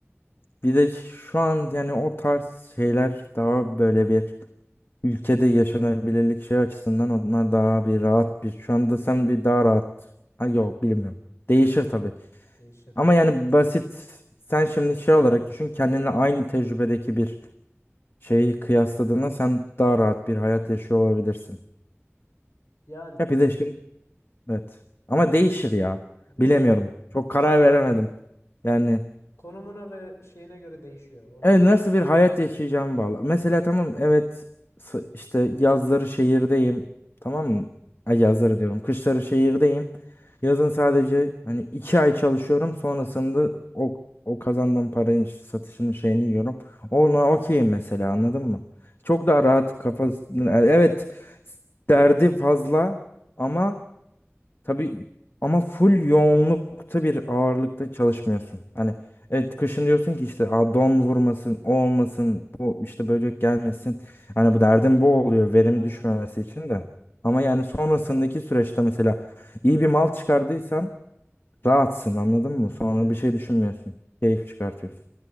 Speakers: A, on the left; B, on the left.
A: bir de şu an yani o tarz şeyler daha böyle bir ülkede yaşanabilirlik şey açısından onlar daha bir rahat bir. Şu anda sen bir daha rahat. Ha yok bilmiyorum. Değişir tabii.
B: Değişir yani.
A: Ama yani basit sen şimdi şey olarak düşün kendinle aynı tecrübedeki bir şeyi kıyasladığında sen daha rahat bir hayat yaşıyor olabilirsin.
B: Yani tabii
A: Ya bir de şimdi Evet. Ama değişir ya.
B: değişiyor
A: Bilemiyorum.
B: yani.
A: Çok karar veremedim. Yani
B: Konumuna ve şeyine göre değişiyor. Onu
A: evet,
B: diyeyim.
A: nasıl bir hayat yaşayacağımı bağlı. Mesela tamam evet s- işte yazları şehirdeyim. Tamam mı? Ay
B: Aynen.
A: yazları diyorum. Kışları şehirdeyim. Yazın sadece hani iki ay çalışıyorum. Sonrasında o, o kazandığım paranın işte satışının şeyini yiyorum. Ona okeyim mesela anladın mı? Çok daha rahat kafası. Evet s- derdi fazla ama Tabii ama full yoğunlukta
B: Evet.
A: bir ağırlıkta çalışmıyorsun. Hani evet kışın diyorsun ki işte "Aa, don vurmasın, o olmasın, bu işte böcek gelmesin. Hani bu derdim bu oluyor verim
B: Aynen.
A: düşmemesi için de. Ama yani sonrasındaki süreçte mesela iyi bir mal çıkardıysan rahatsın anladın mı? Sonra
B: Aynen.
A: bir şey düşünmüyorsun. Keyif çıkartıyorsun.